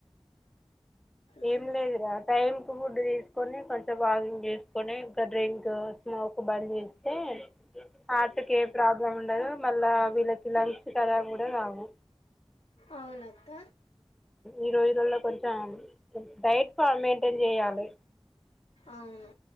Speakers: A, on the left; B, in the centre.
A: ఉమ్
B: ఏం లేదురా టైమ్ ఫుడ్ తీసుకొని కొంచెం వాగింగ్ చేసుకొని గా డ్రింక్ స్మోక్ బంద్ చేసు అతే హార్ట్ కి ఏం ప్రాబ్లం ఉండదు మళ్ళా వీళ్ళకి లంగ్స్ కరాబు కూడా కవు
A: అవునక్క
B: ఈ రోజుల్లో కొంచెం డైట్ మెయింటైన్ చేయాలి
A: అవును